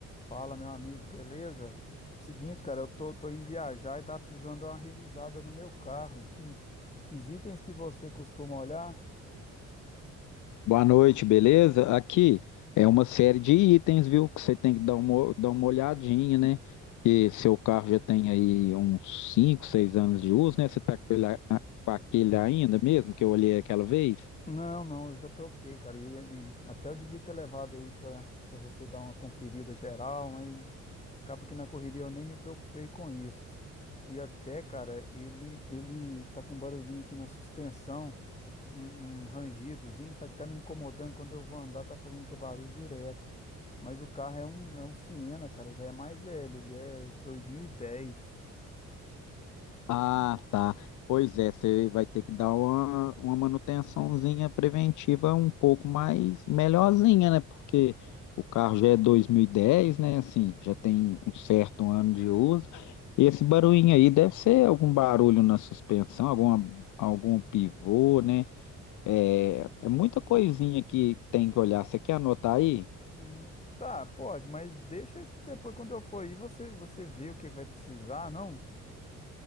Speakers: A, on the left (about 20°); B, on the left (about 75°).
A: Fala, meu amigo, beleza? Seguinte, cara, eu tô, tô indo viajar e tá precisando dar uma revisada no meu carro. Que, que itens que você costuma olhar?
B: Boa noite, beleza? Aqui é uma série de itens, viu? Que você tem que dar uma, dar uma olhadinha, né? Que seu carro já tem aí uns 5, 6 anos de uso, né? Você tá com ele, a- com aquele ainda mesmo que eu olhei aquela vez?
A: Não, não, eu já troquei, cara. E, e até eu devia ter levado aí pra pra você dar uma conferida geral, mas acaba que na correria eu nem me preocupei com isso. E até, cara, ele, ele tá com um barulhinho aqui na suspensão. um, um rangidozinho, sabe? Tá me incomodando quando eu vou andar, tá fazendo aquele barulho direto. Mas o carro é um, é um Siena, cara, já é mais velho, ele é 2010.
B: Ah, tá. Pois é, você vai ter que dar uma, uma manutençãozinha preventiva um pouco mais melhorzinha, né? Porque o carro já é 2010, né? Assim, já tem um certo ano de uso. E esse barulhinho aí deve ser algum barulho na suspensão, alguma, algum pivô, né? É, é muita coisinha que tem que olhar. Você quer anotar aí?
A: Hum, Tá, pode, mas deixa que depois quando eu for aí você, você vê o que vai precisar, não?